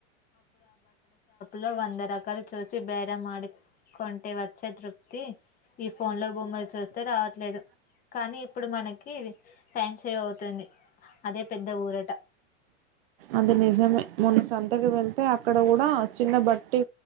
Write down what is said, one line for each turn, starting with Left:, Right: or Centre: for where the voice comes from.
Left: లో వంద రకాలు చూసి బేరమాడి. కొంటే వచ్చే తృప్తి ఈ ఫోన్ లో బొమ్మలు చూస్తే రావట్లేదు కానీ ఇప్పుడు మనకి. టైం సేవ్ అవుతుంది. అదే పెద్ద ఊరట.
Right: అది నిజమే మొన్న సంతకి వెళ్తే అక్కడ కూడా చిన్న బట్టి